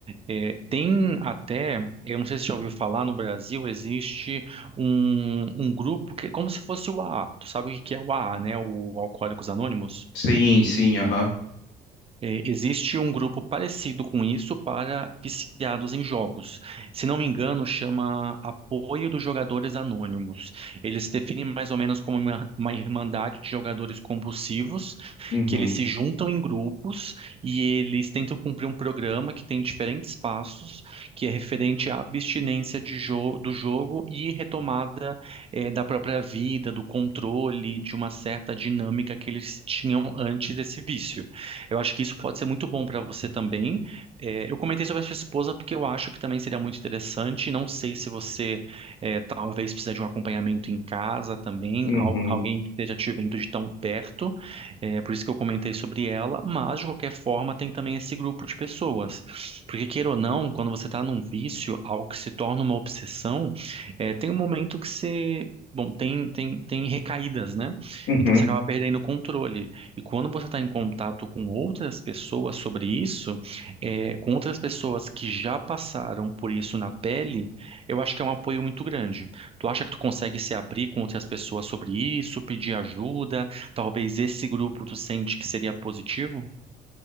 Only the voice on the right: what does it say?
É, tem até, eu não sei se você já ouviu falar, no Brasil existe um, um grupo que é como se fosse o AA. Tu sabe o que que é o AA, né? O Alcoólicos Anônimos?
É, Existe um grupo parecido com isso para viciados em jogos. Se não me engano, chama Apoio dos Jogadores Anônimos. Eles definem mais ou menos como uma, uma irmandade de jogadores compulsivos,
que eles se juntam em grupos e eles tentam cumprir um programa que tem diferentes passos, que é referente à abstinência de jo- do jogo e retomada, eh, da própria vida, do controle, de uma certa dinâmica que eles tinham antes desse vício. Eu acho que isso pode ser muito bom para você também. É, eu comentei sobre a sua esposa porque eu acho que também seria muito interessante. Não sei se você é, talvez precisa de um acompanhamento em casa também,
al- alguém que esteja te vendo de tão perto. É, por isso que eu comentei sobre ela. Mas de qualquer forma tem também esse grupo de pessoas, porque queira ou não, quando você está num vício, algo que se torna uma obsessão, é, tem um momento que você Bom, tem, tem, tem recaídas, né?
Então você acaba perdendo o controle. E quando você está em contato com outras pessoas sobre isso, é, com outras pessoas que já passaram por isso na pele, eu acho que é um apoio muito grande. Tu acha que tu consegue se abrir com outras pessoas sobre isso, pedir ajuda? Talvez esse grupo tu sente que seria positivo?